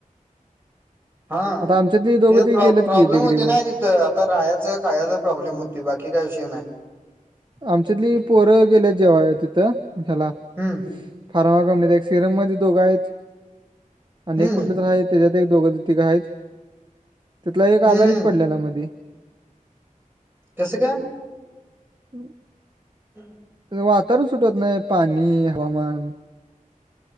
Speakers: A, on the right (about 15°); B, on the right (about 35°).
A: हा
B: आता आमच्यातली दोघं
A: ते
B: ती
A: प्रॉ
B: गेलेत
A: प्रॉब्लेम
B: की डिग्रीवर
A: होते ना आता राहायच काय प्रॉब्लेम होती बाकी काही विषय नाही
B: आमच्यातली पोरं गेल्या जेव्हा आहे तिथं ह्याला
A: हम्म
B: फारमा कंनीत एक सिरम मध्ये दोघं आहेत आणिक
A: हम्म
B: कुठलेच आहेत त्याच्यात एक दोघ तघ आहेत त्यािथला एक
A: हम्म
B: आजारीच
A: हम्म
B: पडलेला मध
A: कसं काय
B: हम्
A: हम्
B: वातावरण सुटवत नाही पाणी हवामान